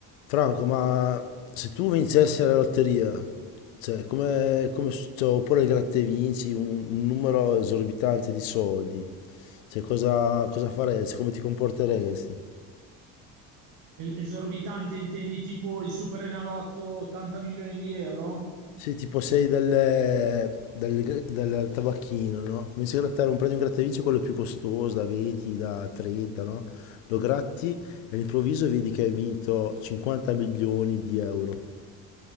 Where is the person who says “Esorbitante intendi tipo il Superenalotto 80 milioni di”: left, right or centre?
Right